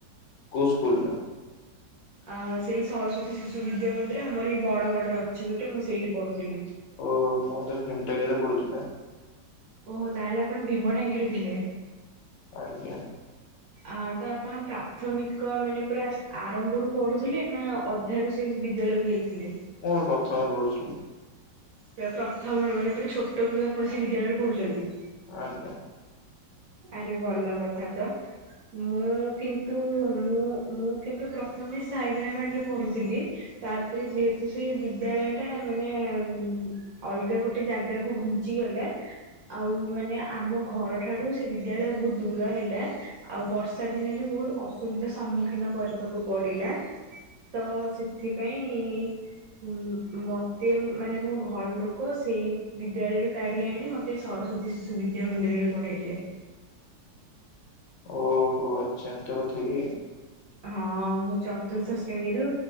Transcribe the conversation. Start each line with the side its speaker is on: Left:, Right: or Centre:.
Left: କୋଉ ସ୍କୁଲ ଟା?
Right: ଆ ସେଇ ସରସ୍ଵତୀ ଶିଶୁ ବିଦ୍ୟା ମନ୍ଦିର ଆମର ଏଇ ବଡ ଗଡରେ ଅଛି ଗୋଟେ ମୁଁ ସେଇଠି ପଢ଼ୁଥିଲି।
Left: ଓହୋ। ମୁଁ ତ ଭିମଟାଙ୍କି ରେ ପଢୁଛି ନା?
Right: ଓହୋ ତାହେଲେ ଆପଣ ଭୀମ ଟାଙ୍କିରେ ଥିଲେ?
Left: ଆଜ୍ଞା।
Right: ଆ ତ ଆପଣ ପ୍ରାଥମିକ ମାନେ ପୁରା ଆରମ୍ଭରୁ ପଢୁଥିଲେ ନା ଅଧ୍ୟାୟରୁ ସେ ବିଦ୍ୟାଳୟକୁ ଯାଇଥିଲେ?
Left: ମୁଁ ପ୍ରଥମରେ ପଢ଼ୁଥିଲି।
Right: ପୁରା ପ୍ରଥମ ରୁ ମାନେ ପୁରା ଛୋଟ ବେଳୁ ଆପଣ ସେଇ ବିଦ୍ୟାଳୟରେ ପଢୁଛନ୍ତି?
Left: ଆଜ୍ଞା।
Right: ଆରେ ଭଲ କଥା ତ। ମୁଁ କିନ୍ତୁ ମୁଁ ମୁଁ କିନ୍ତୁ ପ୍ରଥମେ ସାଇ ବୀଣାପାଣୀ ରେ ପଢୁଥିଲି। ତାପରେ ଯେହେତୁ ସେ ବିଦ୍ୟାଳୟ ଟା ମାନେ ଉମ୍ ଅଲଗା ଗୋଟେ ଜାଗାକୁ ଘୁଞ୍ଚି ଗଲା। ଆଉ ମାନେ ଆମ ଘର ଠାରୁ ସେ ବିଦ୍ୟାଳୟ ବୋହୁତ ଦୂର ହେଲା। ଆଉ ବର୍ଷା ଦିନେ ବି ବୋହୁତ ଅସୁବିଧା ସମ୍ମୁଖୀନ କରିବାକୁ ପଡିଲା। ତ ସେଥିପାଇଁ ମ୍ ମତେ ମାନେ ମୁଁ ଘର ଲୋକ ସେଇ ବିଦ୍ୟାଳୟରୁ କାଢି ଆଣି, ମତେ ସରସ୍ଵତୀ ଶିଶୁ ବିଦ୍ୟା ମନ୍ଦିରରେ ପଢେଇଲେ।
Left: ଓହୋ। ଆଚ୍ଛା ଏମିତି କଥା କି?
Right: ହଁ। ମୁଁ ଚତୁର୍ଥ ଶ୍ରେଣୀରୁ